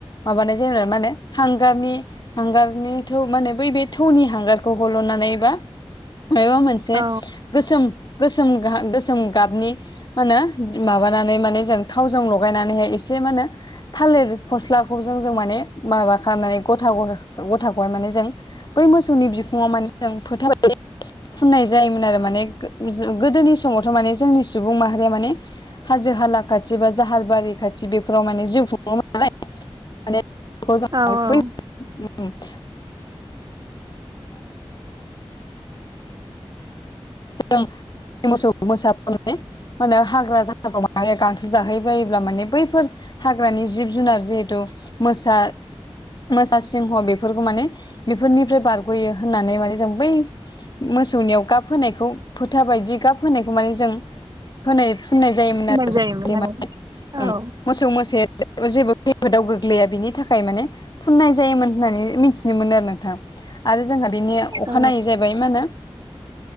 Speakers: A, on the left; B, on the right.
A: माबानाय जेनेबा मा होनो हांगारनि हांगारनि थौ माने बै बे थौनि हांगारखौ हल'नानै बा मायबा मोनसे
B: औ
A: गोसोम गोसोम गोसोम गाबनि मा होनो माबानानै माने जों थावजों लगायनानैहाय एसे मा होनो थालिर फस्लाखौ जों जों माने माबा खालामनानै गथा गथाखौहाय माने जों बै मोसौनि बिखुङाव माने जों फोथा बादि फुननाय जायोमोन आरो माने गोदोनि समावथ' माने जोंनि सुबुं माहारिया माने हाजो हाला खाथि बा जाहार बारि खाथि बेफोराव माने जिउ खुङोमोन नालाय
B: औ
A: <unintelligible> <unintelligible> जों मोसौ मोसा <unintelligible> माहोनो हाग्रा जाहाफ्राव माने गांसो जाहै बायोब्ला माने बैफोर हाग्रानि जिब जुनार जिहेथु मोसा मोसा सिंह बेफोरखौ माने बेफोरनिफ्राय बारग'यो होननानै माने जों बै मोसौनियाव गाब होनायखौ फोथा बायदि गाब होनायखौ माने जों होनाय फुननाय जायोमोन
B: होननाय
A: आरो
B: जायोमोन
A: जे माने
B: आरो
A: मोसौ मोसाया जेबो खैफोदाव गोग्लैया बिनि थाखाय माने फुननाय जायोमोन होननानै मिथिनो मोनो आरो नोंथां आरो जोंहा बेनि अखानायै
B: औ
A: जाहैबाय मा होनो